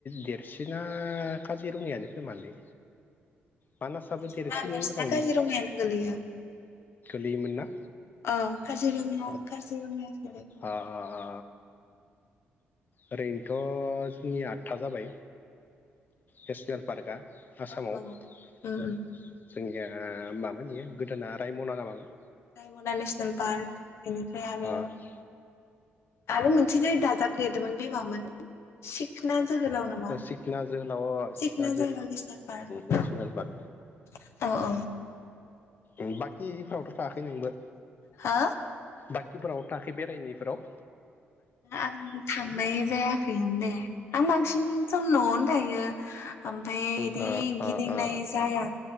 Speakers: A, on the left; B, on the left.
A: देरसिना काजिरिरङायानो खोमालै मानासाबो देरसिनै
B: नना नोंसिना
A: जोंनाव
B: गाजिरङायानो गोलैयो
A: दैमोन ना
B: ओ काजिरङिया-काजिरङिया
A: अ -अ -अ ओरैनोथ' जोंनिया आठथा जाबाय नेसनेल पार्कआ आसामाव
B: औ औ
A: जोंनिया
B: उम उम
A: ओ माबोन इयो गोदोना रायमना ना मामोन
B: रायमना नेसनेल पार्क बेनिफ्राय आरो
A: अ
B: आरो मोनसे जाय दाजाब देरदोंमोन बे मामोन सिखना जोहोलाव नामा
A: सिखना जोहोलाव सिखना
B: सिकना जोहोलाव नेसनेल पार्क
A: नेसनेल
B: अ
A: पार्क
B: -अ
A: उम बाखिफ्रावथ' थायाखै नोंबो
B: हो
A: खथिफोराव थाखै बेरायनायफोराव
B: आंनि थांनाय जायाखैमोन दे आं मा बांसिन सम न'आवनो थायो ओमफाय बिदि
A: ओ
B: गिदिंनाय
A: ओ ओ
B: जाया